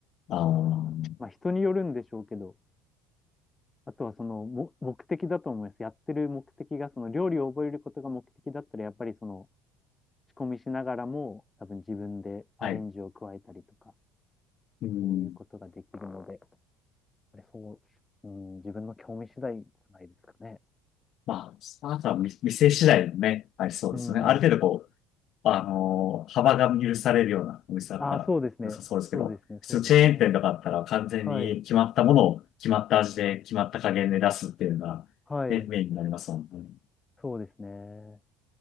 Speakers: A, on the left (about 55°); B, on the left (about 20°).
A: あー、
B: まあ人によるんでしょうけど、あとはそのも目的だと思います。やってる目的がその料理を覚えることが目的だったらやっぱりその仕込みしながらも多分自分でアレンジを加えたりとか、
A: はい。うん。
B: そういうことができるので。あれ、そう、うん、自分の興味次第じゃないですかね。
A: まあ、あとはみ店次第もね、はい、そうですよね。
B: うん。
A: ある程度こう、あのー幅が許されるようなお店だったら良さそうですけど、
B: ああ、そうですね。そうですね。
A: 普通チェーン店とかだったら完全に決まったものを決まった味で決まった加減で出すっていうのが、
B: そうですね。はい。はい。
A: ね、メインになりますもんね。
B: そうですね。